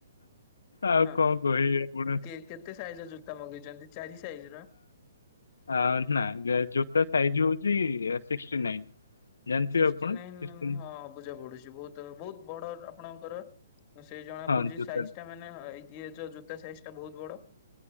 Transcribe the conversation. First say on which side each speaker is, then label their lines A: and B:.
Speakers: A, on the left; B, on the left.
A: ଆଉ
B: ହଁ
A: କଣ କହିବି ଆପଣ?
B: କେ କେତେ ସାଇଜ ର ଜୋତା ମଗେଇଛନ୍ତି ଚାରି ସାଇଜ ର?
A: ଆ ନା ଜୋତା ସାଇଜ ହଉଛି ଏ ସିକ୍ସଟି ନାଇନ୍। ଜାଣିଥିବେ
B: ସିକ୍ସଟି
A: ଆପଣ
B: ନାଇନ୍
A: ସିକ୍ସଟି
B: ହଁ ଅବୁଝା ପଡୁଛି। ବହୁତ ବହୁତ ବଡ ଆପଣଙ୍କର ସେ ଜଣା
A: ହଁ
B: ପଡୁଛି
A: ଜୋତା
B: ସାଇଜଟା ମାନେ ଇଏ ଯୋଉ ଜୋ ତା ସାଇଜଟା ବହୁତ ବଡ